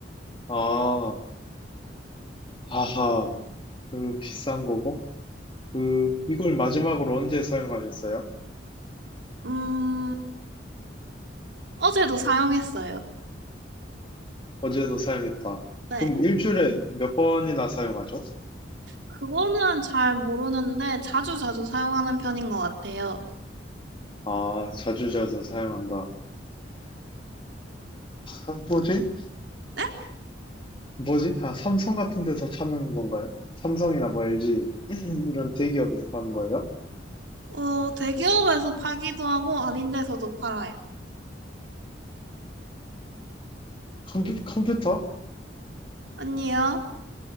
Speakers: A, on the left; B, on the right.
A: 아, 아하. 그 비싼 거고. 그, 이걸 마지막으로 언제 사용하셨어요?
B: 음, 어제도 사용했어요.
A: 어제도 사용했다.
B: 네.
A: 그럼 일주일에 몇 번이나 사용하죠?
B: 그거는 잘 모르는데, 자주 자주 사용하는 편인 것 같아요.
A: 아, 자주자주 사용한다. 아, 뭐지?
B: 네?
A: 뭐지? 아, 삼성 같은 데서 파는 건가요? 삼성이나 뭐 LG <clears throat> 이런 대기업에서 파는 거예요?
B: 어, 대기업에서 팔기도 하고, 아닌 데서도 팔아요.
A: 컴퓨, 컴퓨터?
B: 아니요.